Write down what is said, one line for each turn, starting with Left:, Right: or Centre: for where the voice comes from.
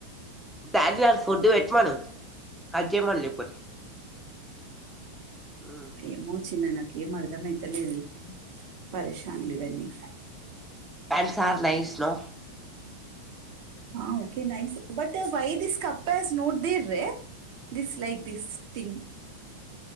Centre: డాడీ ఫుడ్డు పెట్టమను అది చేయమను చెప్పు అది ఉ
Right: ఏమో చిన్న నాకేం అర్థమయితలేదు పరేషాన్లు ఇవన్నీ
Centre: హ్యాండ్స్ ఆర్ నైస్ నో
Right: ఆ okay nice but why this కపటాస్ నోడ్ది రే this like this thing